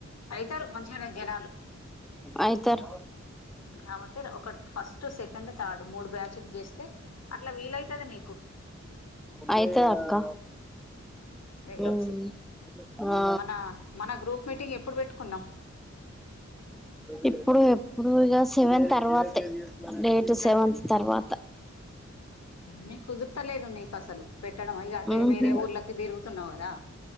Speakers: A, on the left; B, in the centre.
A: అవుతారు మంచిగానే జనాలు
B: అయితారు
A: కాబట్టిర్ ఒకటి ఫస్ట్ టు సెకండ్ థర్డ్ మూడు బ్యాచెట్ చేస్తే అట్లా వీలైతది నీకు
B: అయితే అక్క
A: వెళ్ళొచ్చు
B: ఉమ్ ఆ
A: మన మన గ్రూప్ మీటింగ్ ఎప్పుడు పెట్టుకుందాం
B: ఇప్పుడు ఎప్పుడు ఇక సెవెన్ తర్వాతే డేట్
A: సరే
B: సెవెన్ తర్వాత
A: మీకు కుదుర్తలేదు నీకు అసలు పెట్టడం అయి అటే
B: ఉహు
A: వేరే ఊర్లకి తిరుగుతున్నావు కదా